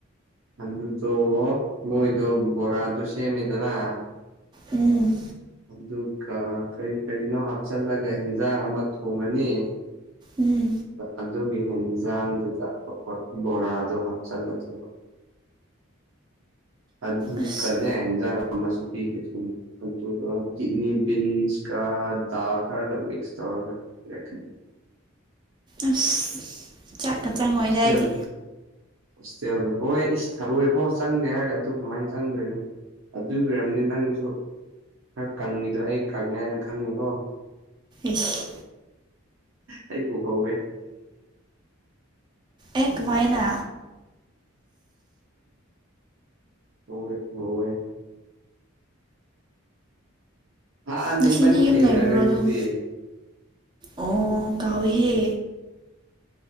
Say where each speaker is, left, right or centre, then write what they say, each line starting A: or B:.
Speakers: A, on the right; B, on the right.
A: ꯑꯗꯨꯗꯣ ꯃꯣꯏꯗꯣ ꯕꯣꯔꯥꯗꯣ ꯁꯦꯝꯃꯦꯗꯅ
B: ꯎꯝ
A: ꯑꯗꯨꯒ ꯀꯔꯤ ꯀꯔꯤꯅꯣ ꯍꯥꯞꯆꯜꯂꯒ ꯌꯦꯟꯖꯥꯡ ꯑꯃ ꯊꯣꯡꯉꯅꯤ
B: ꯎꯝ
A: ꯑꯗꯨꯒꯤ ꯍꯦꯟꯖꯥꯡꯗꯨꯗ ꯕꯣꯔꯥꯗꯣ ꯍꯥꯞꯆꯜꯂꯗꯣꯏꯕ ꯑꯗꯨꯒꯅꯦ
B: ꯑꯁ
A: ꯍꯦꯟꯖꯥꯡ ꯑꯃꯁꯨ ꯄꯤꯒꯗꯣꯢꯅꯤ ꯑꯗꯨꯒ ꯀꯤꯠꯅꯤ ꯕꯤꯟꯁꯀ ꯗꯥꯜ ꯈꯔꯒ ꯃꯤꯛꯁ ꯇꯧꯔꯒ ꯄꯤꯔꯛꯀꯅꯤ
B: ꯑꯁ ꯆꯥꯛꯀ ꯆꯪꯉꯣꯏꯗ
A: ꯁꯇꯦꯜꯅꯤ
B: ꯑꯩꯗꯤ
A: ꯍꯣꯁꯇꯦꯜꯅꯤ ꯍꯣꯏ ꯏꯁ ꯊꯔꯣꯏ ꯐꯥꯎ ꯆꯪꯗꯦ ꯍꯥꯏꯔꯒ ꯑꯗꯨ ꯀꯃꯥꯏꯅ ꯆꯪꯗꯣꯏꯅꯣ ꯑꯗꯨ ꯑꯣꯏꯔꯝꯅꯤ ꯅꯪꯁꯨ ꯈꯔ ꯀꯪꯉꯤꯗꯣ ꯑꯩ ꯀꯪꯉꯦ ꯍꯥꯏꯅ ꯈꯪꯉꯦꯀꯣ
B: ꯢꯁ
A: ꯑꯩ ꯎꯍꯧꯋꯦ
B: ꯑꯦ ꯀꯃꯥꯢꯅ
A: ꯎꯍꯧꯋꯦ ꯎꯍꯧꯋꯦ ꯍꯥꯟꯅ
B: ꯉꯁꯤꯗꯤ
A: ꯏꯕꯥꯅꯤ
B: ꯌꯨꯝ
A: ꯊꯦꯡꯅꯈ꯭ꯔꯦꯗꯨꯗꯤ
B: ꯂꯩꯕ꯭ꯔꯣ ꯑꯗꯨꯝ ꯑꯣ ꯀꯥꯎꯏ ꯍꯦ